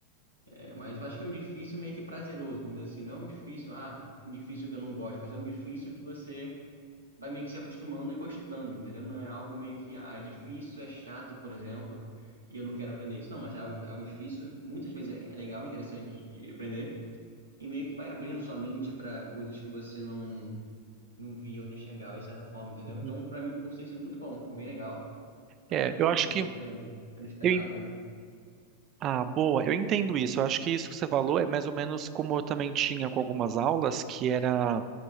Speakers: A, on the right; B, on the right.
A: É, mas eu acho que é um difícil meio que prazeroso, vamos dizer assim, não é um difícil, ah, um difícil que eu não gosto, mas é um difícil que você vai meio que se acostumando e gostando, entendeu? Não é algo meio que, ah, é difícil, é chato, por exemplo, e eu não quero aprender isso. Não, mas é algo, é algo difícil, muitas vezes é legal, interessante de aprender, e meio que vai abrindo sua mente para coisas que você não, não via ou não enxergava de certa forma, entendeu?
B: uhum.
A: Então, para mim, o curso tem sido muito bom, bem legal, aprendendo
B: É,
A: muita
B: eu acho
A: coisa
B: que
A: que eu não, eu não esperava,
B: eu
A: né?
B: Ah, boa. Eu entendo isso. Eu acho que isso que você falou é mais ou menos como eu também tinha com algumas aulas, que era,